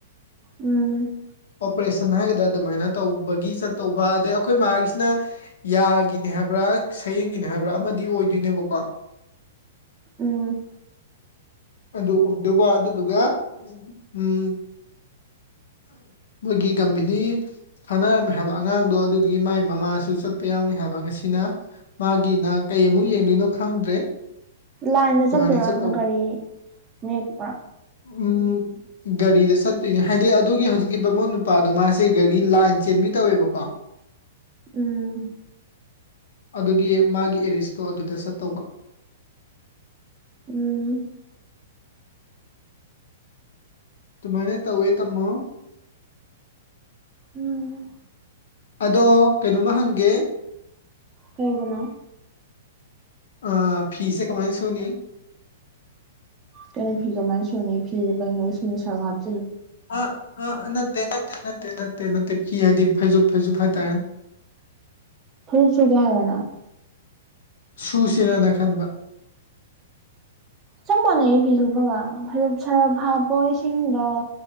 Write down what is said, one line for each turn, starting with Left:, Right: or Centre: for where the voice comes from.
Right: ꯎꯝ
Left: ꯑꯣꯄꯔꯦꯁꯟ ꯍꯥꯏꯒꯗ꯭ꯔꯥ ꯑꯗꯨꯃꯥꯏꯅ ꯇꯧꯕꯒꯤ ꯆꯠꯇꯧꯕ ꯑꯗꯩ ꯑꯩꯈꯣꯏ ꯃꯥꯒꯤꯁꯤꯅ ꯌꯥꯒꯤꯅꯦ ꯍꯥꯏꯕ꯭ꯔꯥ ꯁꯌꯦꯡꯒꯤꯅꯦ ꯍꯥꯏꯕ꯭ꯔꯥ ꯑꯃꯗꯤ ꯑꯣꯏꯗꯣꯏꯅꯦꯕꯀꯣ
Right: ꯎꯝ
Left: ꯑꯗꯨ ꯎꯝꯗꯨꯕ ꯑꯗꯨꯗꯨꯒ ꯎꯝ ꯃꯣꯏꯒꯤ ꯒꯝꯕꯤꯅꯤ ꯊꯥꯅꯔꯝꯃꯤ ꯍꯥꯏꯕ ꯑꯉꯥꯡꯗꯣ ꯑꯗꯨꯗꯨꯒꯤ ꯃꯥꯏ ꯃꯃꯥꯁꯨ ꯆꯠꯄ ꯌꯥꯎꯅꯤ ꯍꯥꯏꯕ ꯉꯁꯤꯅ ꯃꯥꯒꯤꯅ ꯀꯩ ꯑꯃꯨꯛ ꯌꯦꯡꯗꯣꯏꯅꯣ ꯈꯪꯗ꯭ꯔꯦ
Right: ꯂꯥꯏꯟꯗ
Left: ꯑꯗꯨꯃꯥꯏꯅ
Right: ꯆꯠꯇꯣꯏꯔꯣ
Left: ꯆꯠꯇꯧꯕ
Right: ꯑꯗꯣ ꯒꯥꯔꯤ ꯅꯦꯛꯄ
Left: ꯎꯝ ꯒꯥꯔꯤꯗ ꯆꯠꯇꯣꯏꯅꯦ ꯍꯥꯏꯗꯤ ꯑꯗꯨꯒꯤ ꯍꯧꯖꯤꯛꯀꯤ ꯕꯃꯣꯟ ꯅꯨꯄꯥꯗꯣ ꯃꯥꯁꯦ ꯒꯥꯔꯤ ꯂꯥꯏꯟ ꯆꯦꯟꯕꯤ ꯇꯧꯋꯦꯕꯀꯣ
Right: ꯎꯝ
Left: ꯑꯗꯨꯒꯤ ꯃꯥꯒꯤ ꯑꯦꯔꯤꯁꯇꯣ ꯑꯗꯨꯗ ꯆꯠꯇꯧꯕ
Right: ꯎꯝ
Left: ꯗꯨꯃꯥꯏꯅ ꯇꯧꯋꯦ ꯇꯝꯃꯣ
Right: ꯎꯝ
Left: ꯑꯗꯣ ꯀꯩꯅꯣꯃ ꯍꯪꯒꯦ
Right: ꯀꯩꯕꯨꯅꯣ
Left: ꯑ ꯐꯤꯁꯦ ꯀꯃꯥꯏ ꯁꯨꯅꯤ
Right: ꯀꯩꯅꯣ ꯐꯤ ꯀꯃꯥꯏꯅ ꯁꯨꯅꯤ ꯐꯤꯕꯨ ꯀꯩꯅꯣ ꯏꯁꯤꯡꯗ ꯁꯔꯞ ꯍꯥꯞ
Left: ꯑꯥ ꯑꯥ ꯅꯠꯇꯦ ꯅꯠꯇꯦ ꯅꯠꯇꯦ ꯅꯠꯇꯦ ꯅꯠꯇꯦ ꯐꯤ ꯍꯥꯏꯗꯤ ꯐꯩꯖꯨꯞ ꯐꯩꯖꯨꯞ ꯍꯥꯏꯇꯥꯔꯦ
Right: ꯐꯩꯖꯨꯞ ꯁꯨꯒꯦ ꯍꯥꯏꯔꯣ ꯅꯪ
Left: ꯁꯨꯁꯤꯔꯅ ꯈꯟꯕ
Right: ꯆꯞ ꯃꯥꯟꯅꯩ ꯐꯤ ꯁꯨꯕꯒ ꯐꯩ ꯁꯔꯞ ꯍꯥꯞꯄꯣ ꯏꯁꯤꯡꯗ